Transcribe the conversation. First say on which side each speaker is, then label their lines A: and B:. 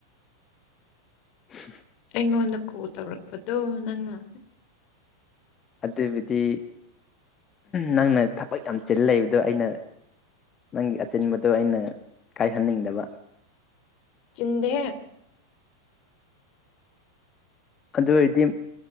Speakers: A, on the left; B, on the left.
A: <inaudible>
B: ꯑꯩꯉꯣꯟꯗ ꯀꯣꯜ ꯇꯧꯔꯛꯄꯗꯣ ꯅꯪꯅ
A: ꯑꯗꯨꯕꯨꯗꯤ ꯅꯪꯅ ꯊꯕꯛ ꯌꯥꯝ ꯆꯤꯜꯂ ꯂꯩꯕꯗꯣ ꯑꯩꯅ ꯅꯪꯒꯤ ꯑꯆꯤꯟꯕꯗꯣ ꯑꯩꯅ ꯀꯥꯏꯍꯟꯅꯤꯡꯗꯕ
B: ꯆꯤꯟꯗꯦ
A: ꯑꯗꯨ ꯑꯣꯏꯔꯗꯤ